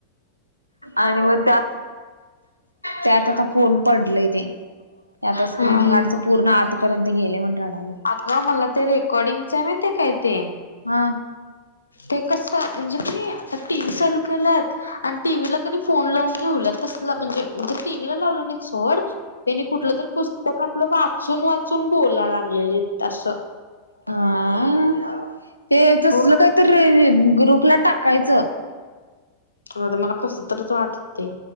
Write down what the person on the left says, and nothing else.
हा
अगं मला ते रेकॉर्डिंगचं माहिती नाही काय ते?
ते कसं म्हणजे क आता टीव्ही चालू केलंत आणि टीव्हीला कि नाय फोन लावून ठेवलं तसला म्हणजे टीव्ही लावलं नाही. सोड त्यांनी कुठलं तरी पुस्तकातलं वाचून वाचून बोलाय लागलेले असं.
हो
मला कसं तरच वाटतंय.